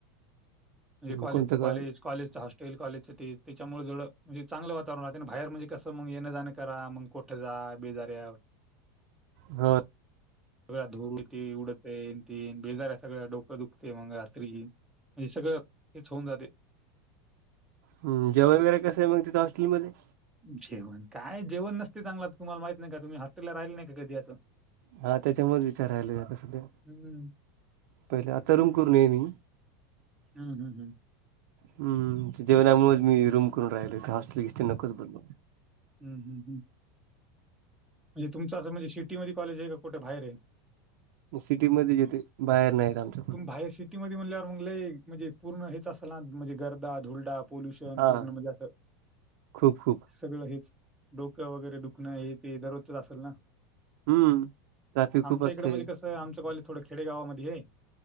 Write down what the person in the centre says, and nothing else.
म्हणजे कॉलेजं
चं
कॉलेजं कॉलेजं हॉस्टेलं - टलं कॉलेजचं ते त्यांच्यामुळे जवडं म्हंजे चांगलं वातांवरण राहतेनं बाहेर म्हणजे कसं मंग येणे जाणें करां मंग- कोठं जां बेजांरी हांय.
सगळ्यां धूरं उडते ते उडतं येन ते बेजार्या सगळ्यां डोकं दुखंते मंग रात्री. म्हंणजे सगळं हेंच होऊंन जाते.
जेवणं कायं जेवणं नसते चांगलं तुम्हांला माहित नाहीं कां तुम्हीं हॉस्टेललां राहील नाहीं कां कधीं असं.
हम्मं
हंम
हम्मं हमं म्हणजे तुमचं असं म्हंणजे शिटी मध्यें कॉलेज आहे कां कुंठे बाहेर आहे.
भय सट सिटी म्हंणल्यांवर मंगलंय म्हणजे पूर्ण हेंच असलं नं म्हंणजे गर्दा धुळडां पोल्युंशन
पूर्ण म्हणजे असं.
सगळं हेंच डोकं वगैरे दुखणं हे ते दररोजचं असेलं नां.
आमच्यां
इकडं म्हंणजे कसं आमचं कॉलेज थोडं खेडेगांवामंध्ये हांय.